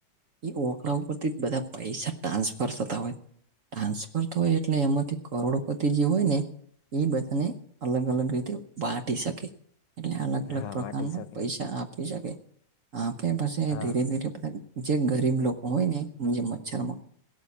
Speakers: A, on the right; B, on the left.
A: એ ઓકળા ઉપરથી બધા પૈસા ટ્રાન્સફર થતા હોય ટ્રાન્સફર થ હોય એટલે એમાંથી કરોડપતિ જે હોય ને એ બધાને અલગ અલગ રીતે વાટી શકે એટલે અલગ અલગ
B: હા
A: પ્રકારના
B: વાટી શકે
A: પૈસા આપી શકે આપે પછ
B: હા
A: ધીરે ધીરે બધા જે ગરીબ લોકો હોય ને જે મચ્છર માં